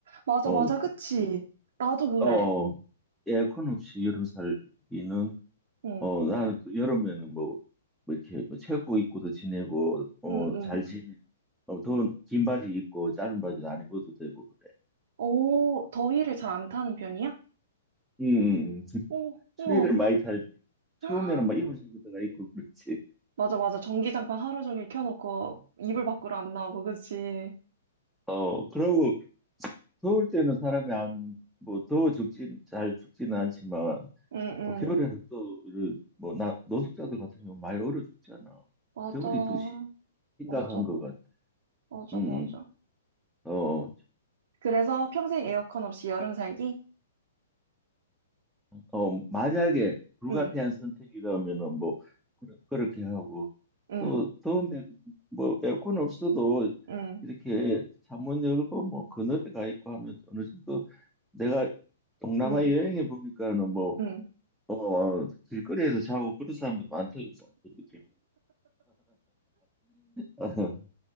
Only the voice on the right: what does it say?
맞아,
맞아, 그치? 나도 그래.
응,
응, 응.
오, 더위를 잘 안 타는 편이야?
오,
우와.
<gasps>
맞아, 맞아. 전기장판 하루 종일 켜놓고 이불 밖으로 안 나오고, 그치?
응,
응.
맞아.
맞아.
맞아,
맞아.
그래서 평생 에어컨 없이 여름 살기?
응,
응,
응,
응,
응.